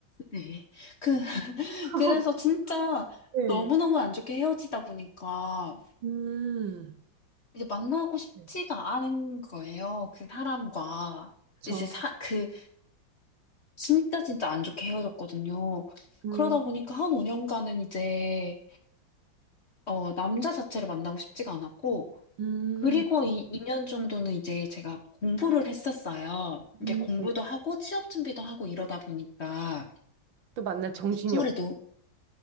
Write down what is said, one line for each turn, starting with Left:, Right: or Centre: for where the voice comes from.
Left: 네. 그, <laughs>
Right: <laughs>
Left: 그래서 진짜
Right: 네.
Left: 너무너무 안 좋게 헤어지다 보니까
Right: 음,
Left: 이제 만나고 싶지가
Right: 네.
Left: 않은 거예요. 그 사람과.
Right: 저,
Left: 이제 사, 그, 진짜 진짜 안 좋게 헤어졌거든요.
Right: 음,
Left: 그러다 보니까 한 5년간은 이제 어, 남자 자체를 만나고 싶지가 않았고,
Right: 음,
Left: 그리고 이 2년 정도는 이제 제가 공부를 했었어요.
Right: 음.
Left: 이게 공부도
Right: 네.
Left: 하고 취업 준비도 하고 이러다 보니까
Right: 또 만날 정신이
Left: 아무래도
Right: 없